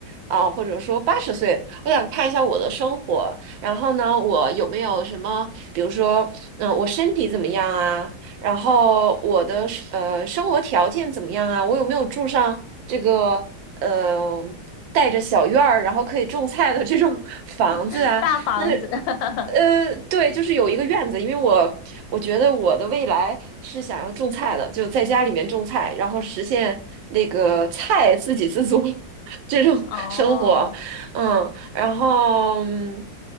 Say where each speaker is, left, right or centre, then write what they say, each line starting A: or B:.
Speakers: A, on the right; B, on the left.
A: 啊，或者说八十岁，我想看一下我的生活。然后呢，我有没有什么，比如说，嗯、我身体怎么样啊？然后我的是呃生活条件怎么样啊？我有没有住上这个呃带着小院儿，然后可以种菜的这种 <laughs> 房子啊？
B: <laughs> 大房子。
A: 那
B: <laughs>
A: 呃，对，就是有一个院子，因为我我觉得我的未来是想要种菜的，就在家里面种菜，然后实现那个菜自给自足 <laughs> 这种生活，
B: 哦，
A: 嗯。然后，嗯